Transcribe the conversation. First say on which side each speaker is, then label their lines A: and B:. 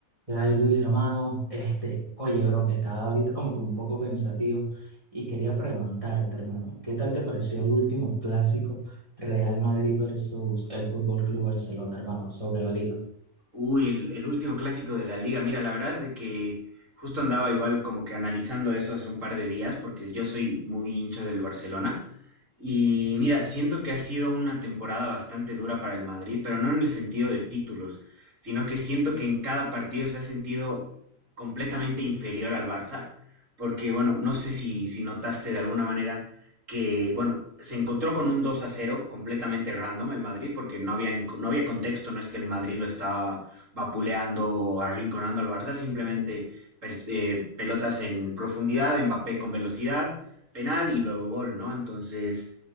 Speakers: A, on the right; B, on the right.
A: Ay, Luis, hermano, este, oye, bro, que estaba ahorita como que un poco pensativo y quería preguntarte, hermano, ¿qué tal te pareció el último clásico Real Madrid versus el Fútbol Club Barcelona, hermano, sobre la liga?
B: Uy, el, el último clásico de la liga. Mira, la verdad de que justo andaba igual como que analizando eso hace un par de días, porque yo soy muy hincha del Barcelona. Y mira, siento que ha sido una temporada bastante dura para el Madrid, pero no en el sentido de títulos, sino que siento que en cada partido se ha sentido completamente inferior al Barça, porque bueno, no sé si, si notaste de alguna manera que, bueno, se encontró con un 2 a cero completamente random el Madrid, porque no había, no había contexto, no es que el Madrid lo estaba vapuleando, arrinconando al Barça, simplemente per- eh, pelotas en profundidad, Mbappé con velocidad, penal y luego gol, ¿no? Entonces,